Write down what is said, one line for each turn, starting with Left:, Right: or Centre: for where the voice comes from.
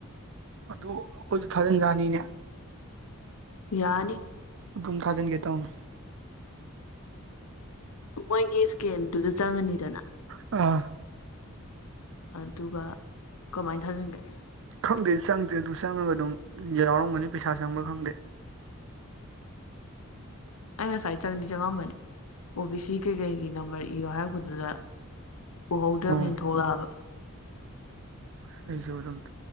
Right: ꯑꯗꯨ ꯑꯩꯈꯣꯏꯁꯨ ꯊꯥꯖꯤꯟꯖꯅꯤꯅꯦ
Left: ꯌꯥꯅꯤ
Right: ꯇꯨꯝ ꯊꯥꯖꯟꯒꯦ ꯇꯧꯅꯦ
Left: ꯃꯣꯏꯒꯤ ꯏꯁꯀꯦꯟꯗꯨꯗ ꯆꯪꯉꯅꯤꯗꯅ
Right: ꯑ
Left: ꯑꯗꯨꯒ ꯀꯃꯥꯏꯅ ꯊꯥꯖꯤꯟꯒꯦ
Right: ꯈꯪꯗꯦ ꯆꯪꯗꯦ ꯑꯗꯨ ꯆꯪꯉꯒ ꯑꯗꯨꯝ ꯌꯥꯎꯔꯝꯒꯅꯤ ꯄꯩꯁꯥ ꯆꯪꯕ꯭ꯔꯥ ꯈꯪꯗꯦ
Left: ꯑꯩ ꯉꯁꯥꯏ ꯆꯪꯗꯤ ꯆꯪꯉꯝꯕꯅꯤ ꯑꯣ ꯕꯤ ꯁꯤ ꯀꯩꯀꯩꯒꯤ ꯅꯝꯕꯔ ꯏꯌꯣ ꯍꯥꯏꯔꯛꯄꯗꯨꯗ ꯎꯍꯧꯗ꯭ꯔꯕꯅꯦꯅ
Right: ꯑꯣ
Left: ꯊꯣꯛꯂꯛꯑꯕ
Right: ꯑꯁ ꯑꯩꯁꯨ ꯑꯗꯨꯝ